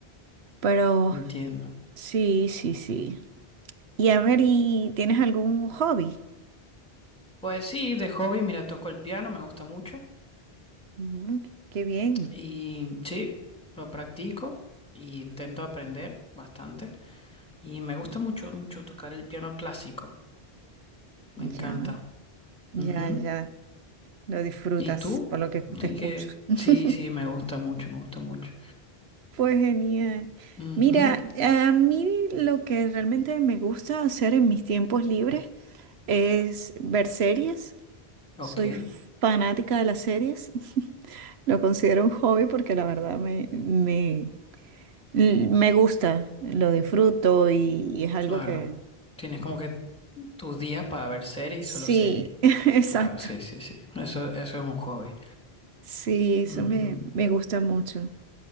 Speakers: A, on the right; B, in the centre.
A: pero
B: entiendo.
A: sí, sí, sí. Y a ver, ¿y tienes algún hobby?
B: Pues sí, de hobby, mira, toco el piano, me gusta mucho
A: Mm, qué bien,
B: y sí, lo practico y intento aprender bastante y me gusta mucho, mucho tocar el piano clásico, me encanta.
A: ya, ya,
B: Ujú.
A: ya. Lo disfrutas
B: ¿Y tú?
A: por lo que te
B: Sí,
A: escucho.
B: que...
A: <laughs>
B: sí, sí, me gusta mucho, me gusta mucho.
A: Fue genial.
B: Ujú.
A: Mira, a mí lo que realmente me gusta hacer en mis tiempos libres es ver series.
B: Ok,
A: Soy fanática de las series. <laughs> Lo considero un hobby porque la verdad me, me, l- me gusta, lo disfruto y, y es algo
B: claro.
A: que...
B: Tienes como que tus días para ver series
A: Sí,
B: y solo series.
A: <laughs> exacto.
B: Claro, sí, sí, sí. Eso, eso es un hobby.
A: Sí, eso
B: Ujú.
A: me, me gusta mucho.